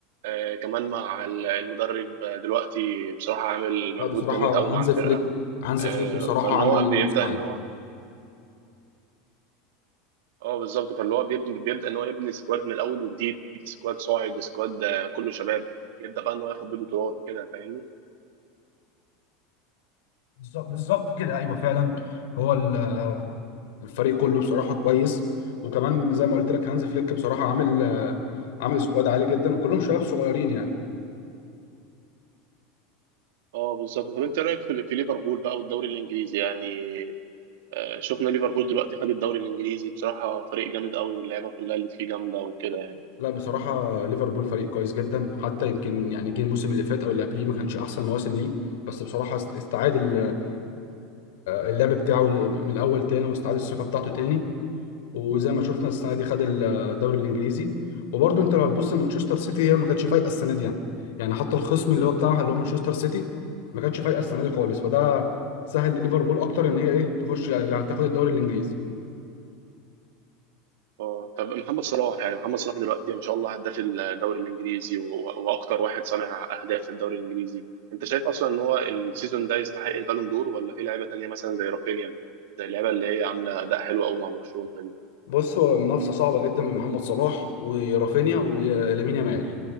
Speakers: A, on the right; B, on the left.
A: آه كمان مع ال- المدرب آه، دلوقتي بصراحه عامل مجهود
B: لا بصراحة
A: جامد قوي
B: هانز
A: مع
B: فليك
A: الفرقه
B: هانز
A: آه
B: فليك بصراحة
A: فان
B: عامل
A: هو بيبدا
B: موسم عالي
A: ان هو اه بالظبط فاللي هو بيبني بيبدا ان هو يبني سكواد من الاول وجديد سكواد صاعد سكواد آه، كله شباب يبدا بقى ان هو ياخد بيه بطولات كده فاهمني
B: بالظبط بالظبط كده ايوه فعلا هو ال... الفريق كله بصراحة كويس وكمان زي ما قلت لك هانز فليك بصراحة عامل آه، عامل سكواد عالي جدا وكلهم شباب صغيرين يعني
A: اه بالظبط طب انت رايك في في ليفربول بقى والدوري الانجليزي يعني آه، شفنا ليفربول دلوقتي خد الدوري الانجليزي بصراحه فريق جامد قوي واللعيبه كلها اللي فيه جامده وكده يعني
B: لا بصراحة ليفربول فريق كويس جدا حتى يمكن يعني جه الموسم اللي فات أو اللي قبليه ما كانش أحسن مواسم ليه بس بصراحة است- استعاد ال- اللعب بتاعه من الاول تاني واستعاد الثقه بتاعته تاني وزي ما شفنا السنه دي خد الدوري الانجليزي وبرده انت لو هتبص لمانشستر سيتي هي ما كانتش فايقه السنه دي يعني يعني حتى الخصم اللي هو بتاعها اللي هو مانشستر سيتي ما كانتش فايقه السنه دي خالص فده سهل لليفربول اكتر ان هي ايه تخش يعني تاخد الدوري الانجليزي
A: اه طب محمد صلاح يعني محمد صلاح دلوقتي ما شاء الله هداف الدوري الانجليزي و- واكتر واحد صانع اهداف في الدوري الانجليزي انت شايف اصلا ان هو السيزون ده يستحق البالون دور ولا في لعيبه تانيه مثلا زي رافينيا زي اللعيبه اللي هي عامله اداء حلو قوي مع برشلونه دي
B: بص هو منافسه صعبه جدا من محمد صلاح ورافينيا ولامين يامال